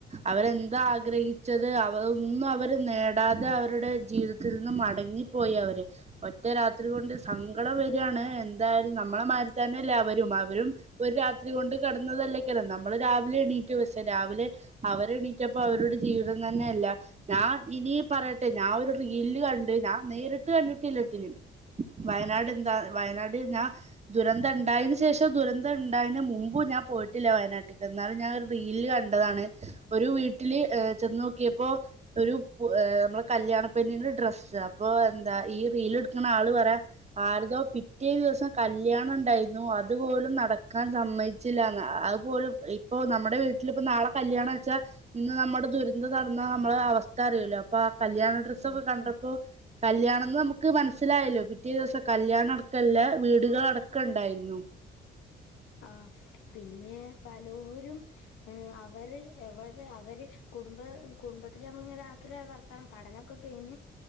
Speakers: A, on the right (about 35°); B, on the left (about 85°).
A: അവരെന്താ ആഗ്രഹിച്ചത് അവർ ഒന്നും അവര് നേടാതെ അവരുടെ ജീവിതത്തിൽ നിന്ന മടങ്ങിപ്പോയി അവര് ഒറ്റേ രാത്രി
B: ഉം
A: കൊണ്ട് സങ്കടം വരയാണ് എന്തായരുന്നു നമ്മളെ മാത്തന്നല്ലേ അവരും അവരും ഒരു രാത്രി കൊണ്ട് കടന്നതല്ലേക്കല്ല നമ്മള് രാവിലെ എണീറ്റ് <unintelligible> രാവിലെ അവരെ എണീറ്റപ്പ അവരുടെ ജീവിതം തന്നെയ അല്ല ഞാൻ ഇന പറയട്ടെ ഞാൻ ഒരു റീൽ കണ്ട് ഞാൻ നേരിട്ട് കണ്ടിട്ടില്ലട്ടിലും വയനാട് എന്താ വയനാട് ഞാൻ ദുരന്തം ഉണ്ടായതിനന് ശേഷം ദുരന്തം ഉണ്ടായന് മുമ്പ് ഞാൻ പോയിട്ടില്ല വയനാട്ടക്ക് എന്നാാല ഞാൻ റീൽ <unintelligible> ഒരു വീട്ടിൽ ചെന്ന് നോക്കിയപ്പോ ഒരു നമ്മ കല്യാണപെണ്ണ് ഡ്രസ്സ്‌ അപ്പൊ എന്ത ഈ റീൽ എടുക്കാന ആൾ പറയ ആരാടയോ പിറ്റദിവസം <unintelligible> കല്യാണം ഉണ്ടയിരുന്ന അതുപോലും നടക്കാൻ സമ്മതിച്ചില്ലാന്ന് അതു പോലും ഇപ്പൊ നമ്മുടെ വീട്ട നാളെ കല്യാണം വെച്ചാൽ ഇന്ന് നമ്മുടെ ദുരന്തം നടന്ന നമ്മള അവസ്ഥ അറിയല്ലോ അപ്പൊ കല്യാണ ഡ്രസ്സൊക്കെ
B: ഉം
A: കണ്ടപ്പോ കല്യാണ ന്ന് നമുക്ക് മനസ്സിലായല്ലോ പിറ്റേ ദിവസം കല്യാണം അടക്കംല്ല വീടുകളടക്കം ഉണ്ടായിരുന്നു
B: ആ പിന്നെ പലരും ഏ അവര് എവിടെ അവര് കുടുംബ കുടുംബത്തില്ൽ നമ്മളി രാത്രി വർത്താനം പഠനൊക്കെ കഴിഞ്ഞ്